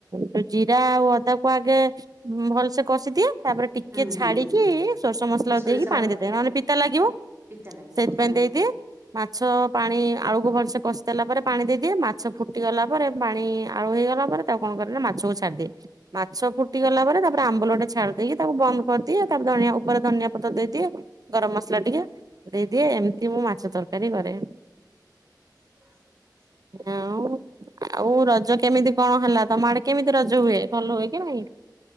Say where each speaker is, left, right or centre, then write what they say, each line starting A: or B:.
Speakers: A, on the right (about 55°); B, on the right (about 30°).
A: ଯୋଉ ଜିରା ଆଉ ଅଦା କୁ ଆଗେ ଭଲସେ କଷି ଦିଏ ତାପରେ ଟିକେ
B: ହୁଁ
A: ଛାଡିକି
B: ହୁଁ ହୁଁ।
A: ସୋରଷ ମସଲା
B: ତ ସୋରିଷ
A: ଦେଇକି
B: ବାଟଣଟା
A: ପାଣି ଦେଇ ଦିଏ ନହେଲେ ପିତା ଲାଗିବ।
B: ପିତା ଲାଗିବ।
A: ସେଇଥିପାଇଁ
B: <unintelligible>
A: ଦେଇଦିଏ। ମାଛ ପାଣି ଆଳୁକୁ ଭଲସେ କଷିଦେଲା ପରେ ପାଣି ଦେଇଦିଏ ମାଛ ଫୁଟିଗଲା ପରେ ତାପରେ ପାଣି ଆଳୁ ହେଇଗଲା ପରେ ତାକୁ କଣ କରେନା ମାଛକୁ ଛାଡିଦିଏ। ମାଛ ଫୁଟିଗଲା ପରେ ତାପରେ ଆମ୍ବୁଲଟେ ଛାଡ଼ି ଦେଇକି ତାକୁ ବନ୍ଦ କରିଦିଏ ତାପରେ ଧନିଆ ଉପରେ ଧନିଆ ପତ୍ର ଦେଇଦିଏ ଗରମ ମସଲା ଟିକେ ଦେଇଦିଏ ଏମିତି ମୁଁ ମାଛ ତରକାରୀ କରେ।
B: <inaudible>
A: ଆଉ ଆଉ ରଜ କେମିତି କଣ ହେଲା ତମ ଆଡେ କେମିତି ରଜ ହୁଏ ଭଲ ହୁଏ କି ନାଇଁ।